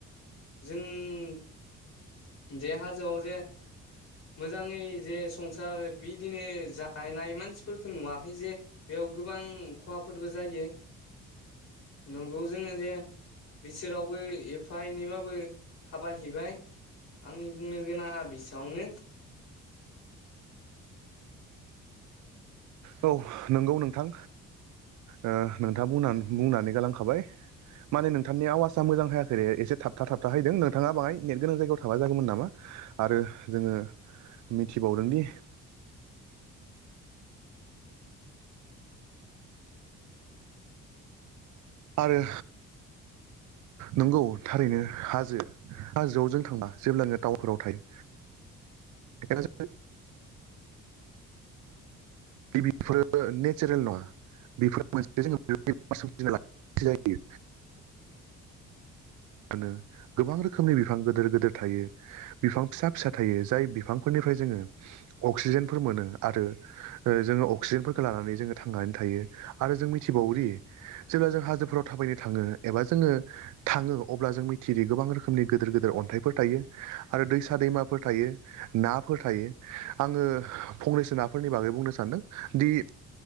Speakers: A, on the left; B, on the right.
A: जों जे हाजोआव जे मोजाङै जे संसार बिदिनो जाहैनाय मानसिफोरखौ नुवाखै जे बे याव गोबां ख'हाफोरबो जायो नंगौ जोङो जे बिसोरावबो एफा एनैबाबो थाबायहैबाय आंनि बुंनो गोनाङा बेसावनो
B: औ नंगौ नोंथां ओ नोंथाङा बुंना बुंनानै गालांखाबाय माने नोंथांनि आवाजा मोजां हायाखैरे एसे थाबथा थाबथा हैदों नोंथाङा बाहाय नेट गोनां जायगायाव थाबा जागौमोन नामा आरो जोङो मिथिबावदोंदि आरो
A: <inaudible>
B: नंगौ थारैनो हाजो हाजोआवजों थांबा जेब्लाङो दाउफोराव थायो <unintelligible> बेफोरो नेचारेल नङा बेफोर मोनसे <unintelligible> जायो मोनो गोबां रोखोमनि बिफां गोदोर गोदोर थायो बिफां फिसा फिसा थायो जाय बिफांफोरनि बेफ्राय जोङो अक्सिजेनफोर मोनो आरो जोङो अक्सिजेनफोरखौ लानानै जोङो थांनानै थायो आरो जों मिथिबावोदि जेब्ला जों हाजोफोराव थाबायनो थाङो एबा जोङो थाङो अब्ला जों मिथियो गोबां रोखोमनि गोदोर गोदोर अन्थाइफोर थायो आरो दैसा दैमाफोर थायो नाफोर फोर थायो आङो फंनैसोनाफोरनि बागै बुंनो सान्दों दि